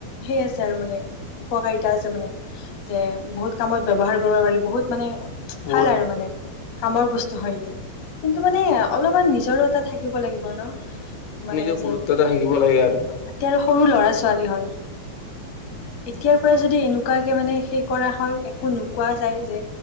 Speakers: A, on the left; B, on the left.
A: সেই আছে আছে আৰু মানে উপকাৰিতা আছে মানে, যে বহুত কামত ব্যৱহাৰ কৰিব পাৰি বহুত মানে।
B: বহুত
A: ভাল আৰু মানে। কামৰ বস্তু হয়তটো। কিন্তু মানে অলপমান নিজৰো এটা থাকিব লাগিব ন। মানে
B: নিজৰ
A: যে
B: গুৰুত্ব
A: কি
B: এটা থাকিব লাগে আৰু
A: তাতে আৰু সৰু ল'ৰা ছোৱালী হয়। এতিয়াৰ পৰাই যদি এনেকুৱাকে মানে সেই কৰা হয়। একো নোকোৱা যায় যে।